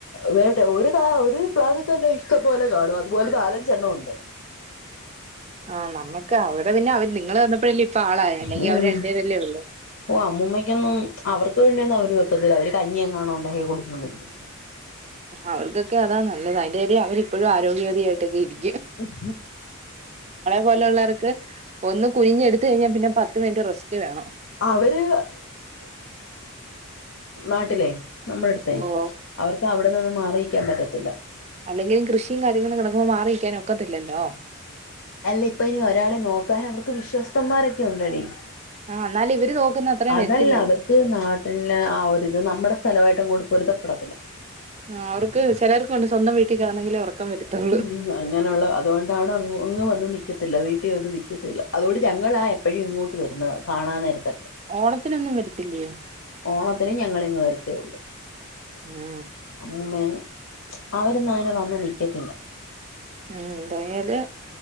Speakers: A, on the left (about 60°); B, on the right (about 30°).
A: വരട്ടെ ഒരു കാ ഒരു പ്ലാവി തന്നെ ഇഷ്ടംപോലെ കാണും അതുപോലെ നാലഞ്ചെണ്ണം ഉണ്ട് <inaudible>
B: ആഹ് നമ്മക്ക് അവിടെ പിന്നെ അവര് നിങ്ങള് വന്നപ്പോഴല്ലേ ഇപ്പൊ ആളായെ അല്ലെങ്കി
A: ഉ
B: അവര് രണ്ടുപേരല്ലേ ഉള്ളൂ
A: ഓ അമ്മൂമ്മയ്ക്കൊന്നും അവർക്ക് വേണ്ടിയൊന്നും അവര് വെക്കത്തില്ല അവര് കഞ്ഞിയെങ്ങാണ്ട് ഉണ്ടാക്കി കുടിച്ചോണ്ടിരിക്കും
B: അവർക്കൊക്കെ അതാ നല്ലത് അയിന്റെ ദേ അവരിപ്പോഴും ആരോഗ്യവതിയായിട്ടൊക്കെ ഇരിക്
A: ഉ <inaudible>
B: പോലെയുള്ളവർക്ക് ഒന്ന് കുനിഞ്ഞെടുത്ത് കഴിഞ്ഞാ പിന്നെ പത്ത് മിനിറ്റ് റെസ്റ്റ് വേണം
A: അവര് നാട്ടിലേ നമ്മുടെ അടുത്ത
B: ഓഹ്
A: അവർക്ക് അവിടെ നിന്ന് മാറി ക്കാൻ പറ്റത്തില്ല
B: അല്ലെങ്കിലും കൃഷിയും കാര്യങ്ങളും കിടക്കുമ്പോ മാറി ക്കൻ ഒക്കത്തില്ലല്ലോ
A: അല്ല ഇപ്പൊ ഇനി ഒരാളെ നോക്കാൻ അവർക്ക് വിശ്വസ്തതമാരൊക്കെ ഉണ്ടെടി.
B: ആഹ് എന്നാലും ഇവര് നോക്കുന്ന അത്രയും
A: അതല്ല
B: വരത്തില്ലല്ലോ
A: അവർക്ക് നാട്ടില് ആ ഒരിത് നമ്മടെ സ്ഥലമായിട്ടങ്ങോട്ട് പൊരുത്തപ്പെടാ
B: ആ അവർക്ക് ചിലർക്ക് ഉണ്ട് സ്വന്തം വീട്ടിൽ കിടന്നെങ്കിലെ ഉറക്കം വരത്തുള്ളൂ
A: ഉം അങ്ങനെയുള്ള അതുകൊണ്ടാണ് അങ്ങ് ഒന്ന് വന്ന് നിക്ക നിക്കത്തില്ല വീട്ടിൽ വന്ന് നിക്കത്തില്ല അതോട് ഞങ്ങളാ ആ എപ്പോഴും ഇങ്ങോട്ട് വരുന്നത് കാണാൻ നേരത്തൊക്കെ
B: ഓണത്തിനൊന്നും വരത്തില്ലയോ
A: ഓണത്തിന് ഞങ്ങളിങ് വരും <unintelligible> <unintelligible> ത്തെ ഉള്ളൂ
B: ഉം
A: അമ്മൂമ്മേ അവരന്ന് അങ്ങനെ വന്ന് നിക്ക് നിക്കത്തില്ല
B: ഉം എന്തായല്